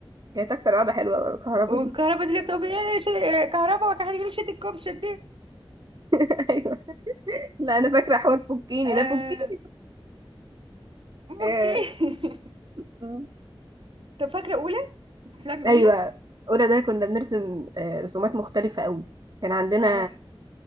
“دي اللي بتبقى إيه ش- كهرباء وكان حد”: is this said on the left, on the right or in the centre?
Right